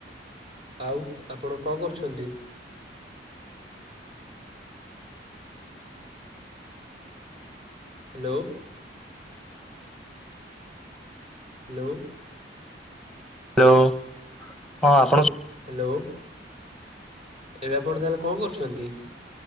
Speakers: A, on the right; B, in the centre.
A: ଆଉ ଆପଣ କଣ କରୁଛନ୍ତି? ହ୍ୟାଲୋ। ହ୍ୟାଲୋ।
B: ହ୍ୟାଲୋ ହଁ ଆପଣଙ୍କୁ ସୁ
A: ହାଲୋ। ଏବେ ଆପଣ ତାହେଲେ କଣ କରୁଛନ୍ତି?